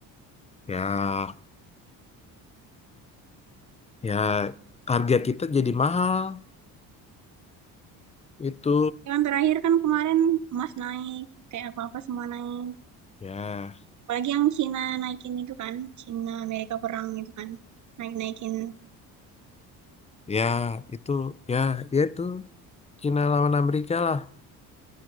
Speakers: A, on the left (about 15°); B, on the right (about 45°).
A: ya ya harga kita jadi mahal itu
B: Ya kan terakhir kan kemarin emas naik, kayak apa-apa semua naik.
A: ya
B: Apalagi yang Cina naikin itu kan, Cina Amerika perang itu kan, naik-naikin.
A: ya itu ya ya itu Cina lawan Amerika lah.